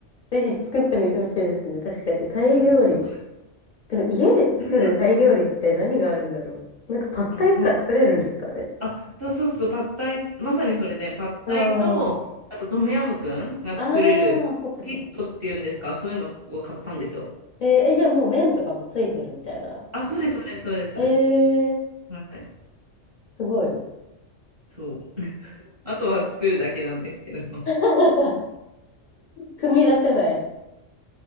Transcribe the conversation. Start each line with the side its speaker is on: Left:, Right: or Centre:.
Left: ぜひ作ってみてほしいですね。確かに。タイ料理。
Right: や、そうです。
Left: でも家で作るタイ料理って何があるんだろう。
Right: もや、
Left: なんかパッタイとか作れるんですかね。
Right: あの、ほあ、そうそうそう、パッタイ、まさにそれで、パッタイと、
Left: あ
Right: あとトムヤムクンが作れるキットっていうんですか、
Left: あ。ああ、そっかそっか。
Right: そういうのを買ったんですよ。
Left: えーえじゃあもう麺とかもついてるみたいな。
Right: あ、そうです、そうです、そうです。
Left: えー、
Right: はい、
Left: すごい。
Right: そう。あとは作るだけなんですけど。
Left: <laughs> 踏み出せない。